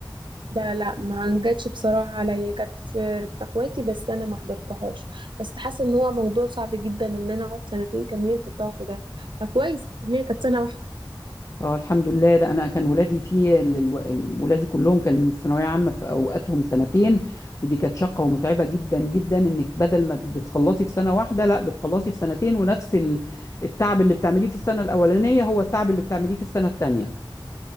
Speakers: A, on the right (about 70°); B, on the left (about 35°).
A: لا لا ما جاتش بصراحة عليا كانت في في اخواتي بس انا ما حضرتهاش بس حاسة ان هو موضوع صعب جدا ان انا اقعد سنتين كاملين في الضغط ده فكويس ان هي كانت سنة واحدة
B: اه الحمد لله ده انا كان ولادي فيه ال- الو- ولادي كلهم كان الثانويه عامه في اوقاتهم سنتين ودي كانت شاقه ومتعبه جدا جدا انك بدل ما بتخلصي في سنه واحده لا بتخلصي في سنتين ونفس ال- التعب اللي بتعمليه في السنه الاولانيه هو التعب اللي بتعمليه في السنه الثانيه